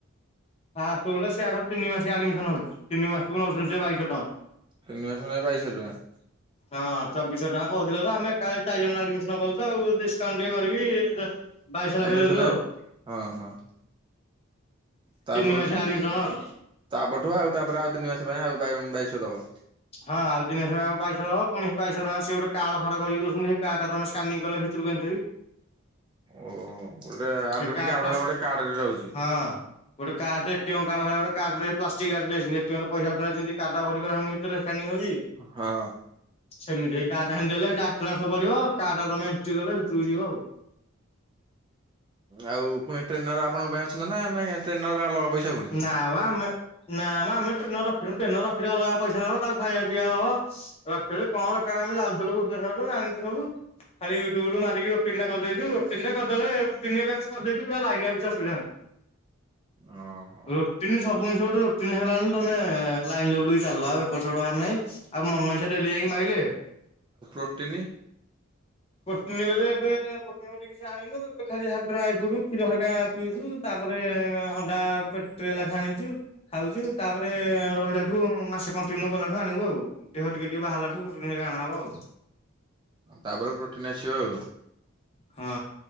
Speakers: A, on the left (about 30°); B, on the right (about 25°).
A: ଫାଷ୍ଟ୍ ଗଲେ ସେ ଆଗ ତିନି ମାସିଆ ଆଡମିସନ ହଉଛି ତିନି ମାସକୁ ନେଉଛନ୍ତି ସେ ବାଇଶହ ଟଙ୍କା।
B: ତିନି ମାସକୁ ନେବେ ବାଇଶହ ଟଙ୍କା?
A: ହଁ ଚବିଶହ ଟଙ୍କା କହୁଥିଲେ ତ ଆମେ ଏକାବେଳେ ଚାରି ଜଣ ଆଡମିସନ କଲୁ ତ ଆଉ ଡିସକାଉଣ୍ଟ ଟିକେ କରିକି ବାଇଶହ ଲାଖେ
B: ଆଉ ଦୁଇ
A: ଦେଲୁ
B: ଶହ ନାକେ ହଁ ହଁ। ତା
A: ତିନି
B: ପରଠୁ
A: ମାସିଆ ଆଡମିସନ ଆଉ।
B: ତା ପରଠୁ ଆଉ ତାପରେ ଆଉ ତିନି ମାସ ପାଇଁ ଆଉ ବାଇ ବାଇଶହ ଦବ।
A: ହଁ ଆଉ ତିନି ମାସ ପାଇଁ ବାଇଶହ ଦବ ପୁଣି ସେ ବାଇଶହ ଟଙ୍କା ରେ ସେ ଗୋଟ କାର୍ଡ ଫାଡ୍ କରି ଦଉଛନ୍ତି ସେ କାର୍ଡ ଟା ତମେ ସ୍କାନିଂ କଲେ ଭିତ୍ ଭିତରକୁ ଏଣ୍ଟ୍ରି।
B: ଓ ଗୋଟେ ଆଡମିଟ
A: ହେ କାର୍ଡ ଟା
B: ଭଳିଆ ଗୋଟେ କାର୍ଡରେ ରହୁଛି
A: ହଁ। ଗୋଟେ କାର୍ଡଟେ ଏ ଟି ଏମ କାର୍ଡ ବଳିଆ କାର୍ଡ ପ୍ଲାଷ୍ଟିକ୍ କାର୍ଡ ଦେଇଛନ୍ତି ଏ ଟି ଏମ ରେ ପଇସା ଉଠେଇଲା ବେଳେ ଯେମିତି କାର୍ଡ ଟା ଭରିଗଲା ହମି କରାହଉନି। ସେଥିରେ ସ୍କାନିଂ ହଉଚି?
B: ହଁ।
A: ସେମିତି ହେଇ କାର୍ଡ ଟା ଦେଲେ ଆଟନାସ ପଡିବ କାର୍ଡ ଟା ତମେ ଏଣ୍ଟ୍ରି କଲେ ଭିତକୁ ଯିବ ଆଉ।
B: ଆଉ ପୁଣି ଟ୍ରେନର ଆପଣଙ୍କ ପାଇଁ ଅଛନ୍ତି ନା ଟ୍ରେନର ପାଇଁ ଅଲଗା ପଇସା ପୁଣି?
A: ନାମ ଆମେ ନାମ ମଆମେ ଟ୍ରେନର ରଖିନୁ ଟ୍ରେନର ରଖିଲେ ଅଲଗା ପଇସା ନବ ତାକୁ ଖାଇବା ପିଇବା ଦବ। ରଖଥିଲୁ କଣ ଦରକାର ଆମେ ଯାଉଥିଲୁ ଭୁବନେଶ୍ଵର ତ ଜାଣିଛୁ ସବୁ। ଖାଲି ୟୁଟୁବ ରୁ ମାରିକି ରୋଟିନ୍ ଟା କରି ଦେଇେଛୁ ରଟିନ୍ ଟା କରିଦେଲେ ରୋଟିନ ଏବେ ଆମେ କରିଦେଇଛୁ ପୁରା ଲାଇନ ରେ କିଛି ଅସୁବିଧା ନାଇ।
B: ହଉ।
A: ରୋଟିନି ସବୁ ଜିନଷ ଗୋଟେ ରୋଟିନ ହେଗଲା ମାନେ ତମେ ଲାଇନ ଲେବୁଲରେ ଚାଲିଲ ଆଉ ଏପଟ ହେବାର ନାଇଁ ଆଉ ମନ ଇଛା ଡେଲି ଯାଇିକି ମାଇଲେ
B: ପ୍ରୋଟିନି।
A: ପ୍ରୋଟିନ ବୋଲେ ଏବେ ପ୍ରୋଟିନ ପ୍ରୋଟିନ କିଛି ଆଣିନୁ ଏବେ ଖାଲି ଯାହା ଡ୍ରାଏ ଫୁଡ୍ କ୍ଷୀର ହେରିକା ପିଉଛୁ ତା ପରେ ଅନ୍ ଣ୍ଡା ପେ ଟ୍ରେଲେଖା ଆଣିଛୁ। ଖାଉଛୁ ତାପରେ ରହିଲାଠୁ ମାସେ କଣ୍ଟିନ୍ୟୁ କଲାଠୁ ଆଣିବୁ ଆଉ। ଦେହ ଟିକ ଟିକ ବାହାରଲାଠୁ ପ୍ରୋଟିନ ହେରୀକା ଅଣା ହବ ଆଉ।
B: ତାପରେ ପ୍ରୋଟିନ୍ ଆସିବ ଆଉ।
A: ହଁ।